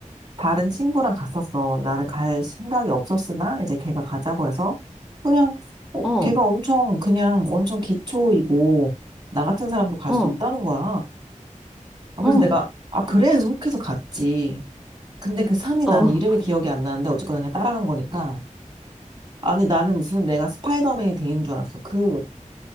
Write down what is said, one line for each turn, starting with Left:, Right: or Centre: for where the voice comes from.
Right: 다른 친구랑 갔었어. 나는 갈 생각이 없었으나 이제 걔가 가자고 해서 그냥, 어,
Centre: 어,
Right: 걔가 엄청, 그냥 엄청 기초이고 나 같은 사람도 갈
Centre: 어,
Right: 수 있다는 거야. 아,
Centre: 어,
Right: 그래서 내가, 아, 그래? 해서 혹해서 갔지. 근데 그 삼이
Centre: 어.
Right: 나는 이름이 기억이 안 나는데 어쨌거나 그냥 따라간 거니까. 아니, 나는 무슨 내가 스파이더맨이 된 줄 알았어. 그